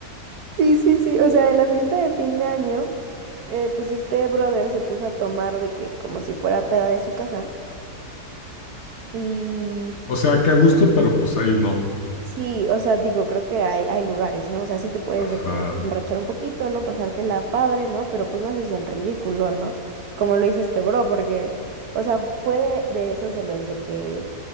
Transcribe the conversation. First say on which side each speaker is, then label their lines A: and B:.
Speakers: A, on the right; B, on the left.
A: Sí, sí, sí. O sea, en la fiesta de fin de año, eh, pues este brother se puso a tomar de que como si fuera peda de su casa. Y
B: O sea, qué a gusto, pero pues ahí no.
A: sí, o sea, digo, creo que hay, hay lugares, ¿no? O sea, sí te puedes
B: Ajá.
A: de que emborrachar un poquito, ¿no? Pasártela padre, ¿no? Pero pues no haces el ridículo, ¿no? Como lo hizo este bro, porque, o sea, fue de, de esos de los de que,